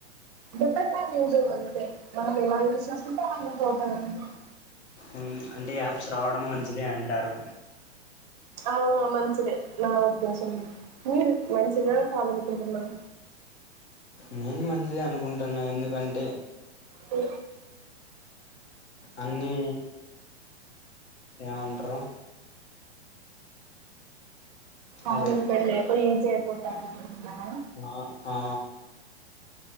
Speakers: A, on the right (about 35°); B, on the left (about 70°).
A: డిఫెట్ న ఎ యూస్ంట తోటం ఉదు <unintelligible>
B: ఉ అంటే యాప్స్ రావడం మంచిదే అంటారు
A: ఆ మంచిదే నా ఉద్దేశం మీరు మంచిదా కాదనుకుంటున్నార
B: నేను మంచిదే అనుకుంటున్నా న్న ఎందుకంటే
A: అ
B: అన్ని ఏమంటరు
A: ఆల్రెడీ
B: హలో
A: పెళ్లి అయిపోయి చేేరిపోతాననుకుంటున్నాను
B: ఆ ఆ